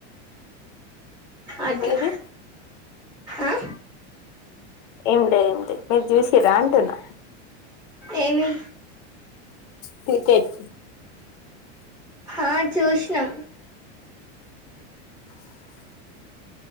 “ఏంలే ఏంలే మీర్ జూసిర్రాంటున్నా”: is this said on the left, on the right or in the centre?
Left